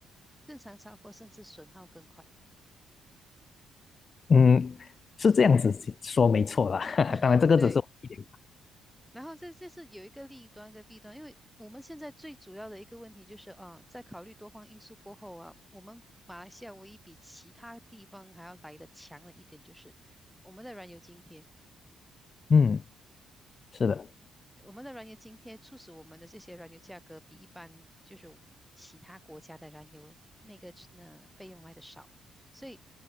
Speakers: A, in the centre; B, on the left.
A: 正常超过甚至损耗更快。
B: 嗯，是这样子说没错啦。<laughs>
A: <laughs>
B: 当然，这个只是我一点。
A: 对。然后这这是有一个利端跟弊端，因为我们现在最主要的一个问题就是啊，在考虑多方因素过后啊，我们马来西亚唯一比其他地方还要来的强的一点就是我们的燃油津贴。
B: 嗯，是的，
A: 我们的燃油津贴促使我们的这些燃油价格比一般就是其他国家的燃油那个呃费用来的少，所以